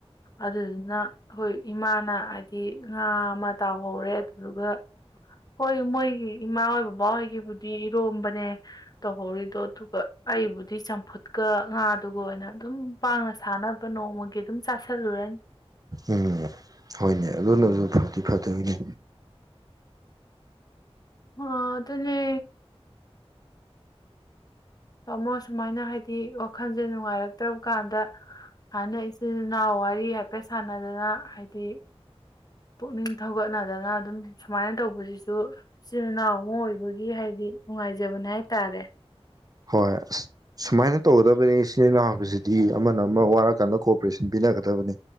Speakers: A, on the left; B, on the right.
A: ꯑꯗꯨꯗꯨꯅ ꯍꫭꯏ ꯏꯃꯥꯅ ꯍꯥꯏꯗꯤ ꯉꯥ ꯑꯃ ꯇꯥꯎꯍꯧꯔꯦ ꯑꯗꯨꯗꯨꯒ ꯍꯣꯏ ꯃꯣꯏꯒꯤ ꯏꯃꯥ ꯍꫭꯏ ꯕꯕꯥ ꯍꯣꯏꯒꯤꯕꯨꯗꯤ ꯏꯔꯣꯝꯕꯅꯦ ꯇꯧꯍꯧꯔꯤꯗꯣ ꯑꯗꯨꯒ ꯑꯩꯕꯨꯗꯤ ꯆꯝꯐꯨꯠꯀ ꯉꯥꯗꯨꯒ ꯑꯣꯏꯅ ꯑꯗꯨꯝ ꯄꯥꯡꯅ ꯁꯥꯟꯅꯕ ꯅꯣꯡꯃꯒꯤ ꯑꯗꯨꯝ ꯆꯥꯥꯁꯜꯂꯨꯔꯅꯤ
B: ꯎꯝ ꯍꯣꯏꯅꯦ ꯑꯗꯨ ꯅꯁꯨ ꯐꯗꯤ ꯐꯗꯣꯏꯅꯤ
A: ꯍꯣ ꯑꯗꯨꯅꯦ ꯇꯥꯃꯣ ꯁꯨꯃꯥꯏꯅ ꯍꯥꯏꯗꯤ ꯋꯥꯈꯜꯁꯦ ꯅꯨꯡꯉꯥꯏꯔꯛꯇ꯭ꯔꯕ ꯀꯥꯟꯗ ꯍꯥꯟꯅ ꯏꯆꯤꯜ ꯏꯅꯥꯎ ꯋꯥꯔꯤ ꯍꯥꯏ ꯄꯦ ꯁꯥꯟꯅꯗꯅ ꯍꯥꯏꯗꯤ ꯄꯨꯛꯅꯤꯡ ꯊꯧꯒꯠꯅꯗꯅ ꯑꯗꯨꯝ ꯁꯨꯃꯥꯏꯅ ꯇꯧꯕꯁꯤꯁꯨ ꯏꯆꯤꯜ ꯏꯅꯥꯎ ꯑꯃ ꯑꯣꯏꯕꯒꯤ ꯍꯥꯏꯗꯤ ꯅꯨꯡꯉꯥꯏꯖꯕꯅꯦ ꯍꯥꯏ ꯇꯥꯔꯦ
B: ꯍꯣꯏ ꯑꯁ ꯁꯨꯃꯥꯏꯅ ꯇꯧꯒꯗꯕꯅꯤ ꯏꯆꯤꯜ ꯏꯅꯥꯎ ꯍꯥꯏꯕꯁꯤꯗꯤ ꯑꯃꯅ ꯑꯃ ꯋꯥꯔꯀꯥꯟꯗ ꯀꯣꯑꯣꯄꯔꯦꯁꯟ ꯄꯤꯅꯒꯗꯕꯅꯤ